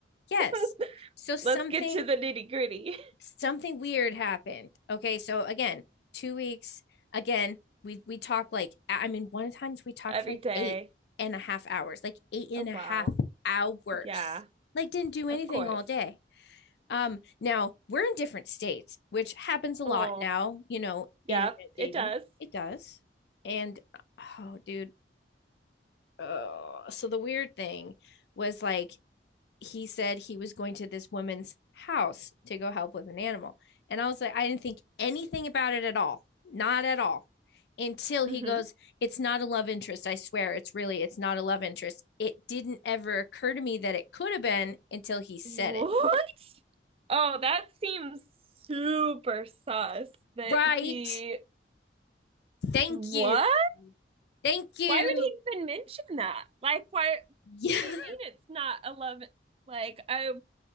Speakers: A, on the left; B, on the right.
A: yes.
B: <laughs>
A: So something
B: Let's get to the nitty-gritty
A: something weird happened. Okay, so again, two weeks. Again, we we talked like I mean, one of the times
B: <laughs>
A: we talked
B: every
A: for like
B: day.
A: eight and a half hours, like eight and
B: Oh
A: a
B: wow.
A: half hours.
B: Yeah,
A: Like didn't do
B: of
A: anything
B: course.
A: all day. Um, now we're in different states, which happens a lot
B: Oh,
A: now, you know,
B: yeah,
A: internet
B: it
A: dating.
B: does.
A: It does. And oh, dude. Oh, so the weird thing was like he said he was going to this woman's house to go help with an animal. And I was like, I didn't think anything about it at all. Not at all. Until he
B: hmm
A: goes, It's not a love interest. I swear. It's really, it's not a love interest. It didn't ever occur to me that it could have been until he said
B: What?
A: it.
B: Oh, that seems super sus that
A: Right.
B: he
A: Thank
B: what?
A: you. Thank you.
B: Why would he even mention that? Like why
A: Yeah.
B: what do you mean it's not a love like I